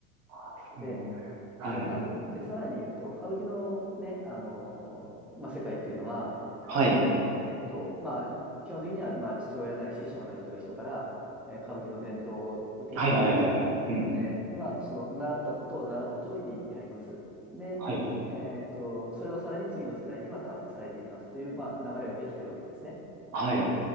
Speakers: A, on the right; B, in the centre.
A: あ、そうなんだ。
B: で、
A: はい。
B: と、なんで、さらに言うと、歌舞伎のね、あのまあ、世界っていうのは、
A: はい。
B: えっと、まあ、基本的には、まあ、父親なり師匠なりという人から、えー歌舞伎の伝統を受け継いで、
A: はいはいはいはい。うんうん。
B: ね、まあ、その、習ったことを習った通りにやります。で、
A: はい。
B: えっと、それをさらに次の世代にまた伝えていきますという、まあ、流れができてるわけですね。
A: はい。